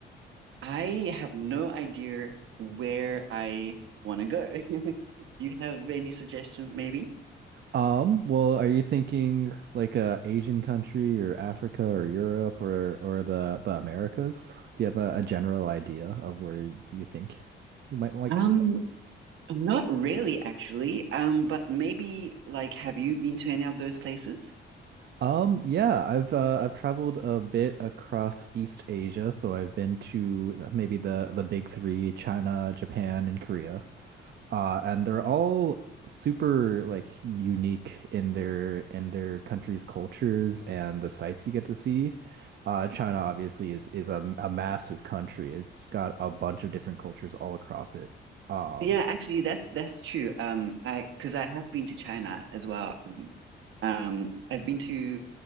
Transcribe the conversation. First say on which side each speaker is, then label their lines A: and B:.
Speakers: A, on the right; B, on the right.
A: I have no idea where I want to go. <laughs> Do you have any suggestions, maybe?
B: Um, well, are you thinking like a Asian country or Africa or Europe or or the the Americas? Do you have a, a general idea of where you think you might like
A: Um, not really, actually. Um, but maybe like, have you been to any of those places?
B: Um, yeah, I've uh, I've traveled a bit across East Asia, so I've been to maybe the the big three, China, Japan, and Korea. Uh, and they're all super like unique in their in their country's cultures and the sights you get to see. Uh, China obviously is is a, a massive country. It's got a bunch of different cultures all across it. Um,
A: Yeah, actually, that's that's true. Um, I because I have been to China as well. Um, um, I've been to